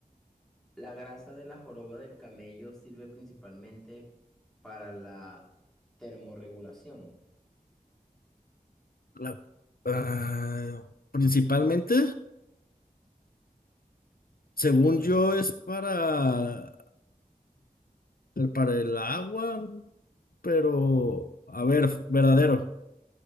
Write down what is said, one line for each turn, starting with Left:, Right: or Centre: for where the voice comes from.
Centre: La grasa de la joroba del camello sirve principalmente para la termorregulación.
Left: la- ah, principalmente, según
Centre: Eh,
Left: yo, es para, para el agua, pero a ver, verdadero.